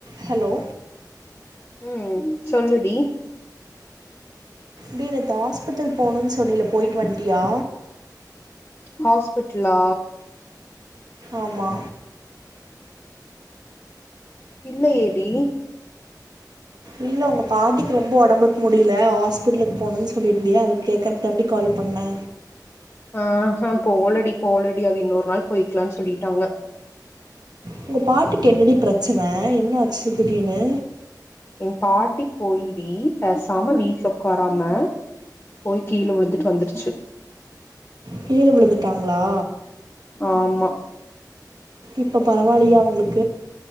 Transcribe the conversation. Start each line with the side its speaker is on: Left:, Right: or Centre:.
Right: Hello
Left: உ சொல்லுடி
Right: டி நேத்து ஹாஸ்பிட்டல் போணுன்னு சொன்னில போய்ட்டு வண்ட்டியா
Left: ஹாஸ்பிடலா
Right: ஆமா
Left: இல்ல ஏடி
Right: இல்ல உங்க பாட்டிக்கு ரொம்ப உடம்புக்கு முடியல ஹாஸ்பிட்டலுக்கு போகணும்ன்னு சொல்லிட்ருந்தியா அதுக்கு கேக்கரதாண்டி கால் பண்ணே
Left: ஆஹா போல டி போல டி அது இன்னொரு நாள் போய்க்கலான் சொல்லிட்டாங்க
Right: உங்க பாட்டிக்கு என்னடி பிரச்சன என்னஆச்சு திடீர்னு
Left: எங் பாட்டி போயி பேசாம வீட்டுல உக்காராம போய் கீழ விழுந்துட்டு வந்துருச்சு
Right: கீழ விழுந்துட்டாங்களா
Left: ஆமா
Right: இப்ப பரவால்லையா அவங்களுக்